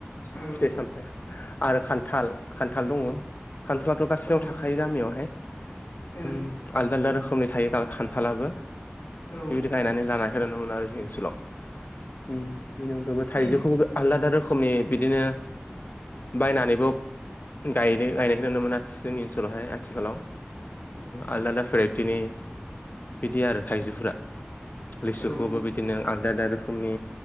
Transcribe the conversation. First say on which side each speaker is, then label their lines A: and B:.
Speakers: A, on the left (about 80°); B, on the left (about 45°).
A: औ ओं
B: फिथाइ सामथाय आरो खान्थाल खान्थाल दङ खान्थला गासिनाव
A: औ ओं
B: थाखायो गामियावहाय
A: औ
B: आलदा आलदा रोखोमनि थायो खान्थालाबो
A: ओं
B: बेबायदि गायनानै लानायख नुनो मोन आरो जों ओनसोलाव। बेनिफ्रायबो थाइजौखौबो
A: उम
B: आलादा रोखोमनि बिदिनो बायनानैबो गाय गायनायखौ नुनो मोन जोंनि ओनसोलावहाय आथिखालाव। आलदा आलदा बेरायथिनि बिदि आरो थाइजौफोरा
A: औ
B: लिसुखौबो
A: औ औ
B: बिदिनो आलदा आलदा रोखोमनि